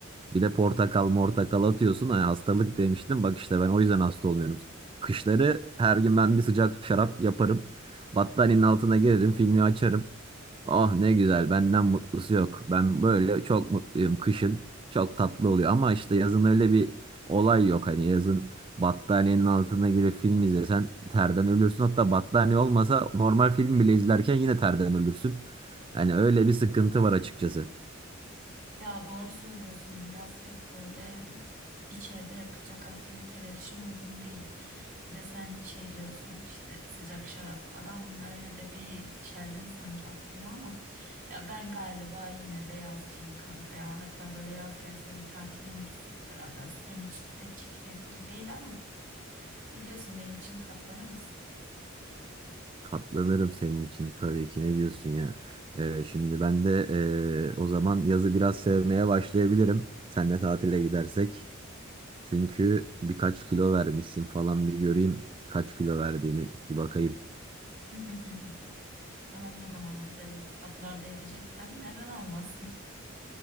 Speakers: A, on the right; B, on the right.
A: Bir de portakal mortakal atıyorsun. Hani hastalık demiştim. Bak işte ben o yüzden hasta olmuyorum. Kışları her gün ben bir sıcak şarap yaparım. Battaniyenin altına girerim. Filmi açarım. Ah ne güzel. Benden mutlusu yok. Ben böyle çok mutluyum kışın. Çok tatlı oluyor. Ama işte yazın öyle bir olay yok. Hani yazın Battaniyenin altına girip film izlesen terden ölürsün. Hatta battaniye olmasa normal film bile izlerken yine terden ölürsün. Hani öyle bir sıkıntı var açıkçası.
B: Ya doğru söylüyorsun. Yaz pek böyle mm, içeride yapılacak aktiviteler için uygun değil. Bir de sen şey diyorsun işte sıcak şarap falan öyle de bir çeldin sanki aklıma ama ya ben galiba yine de yazcıyım kanka ya. Hatta böyle yaz gelse bir tatile mi gitsek beraber? Senin için pek çekilebilir değil ama ne diyorsun benim için katlanır mısın?
A: Katlanırım senin için tabii ki ne diyorsun ya. Ee, şimdi ben de ee, o zaman yazı biraz sevmeye başlayabilirim. Senle tatile gidersek. Çünkü birkaç kilo vermişsin falan bir göreyim. Kaç kilo verdiğini bir bakayım.
B: <laughs> Tamam o zaman güzel iltifatlar da edeceksen neden olmasın?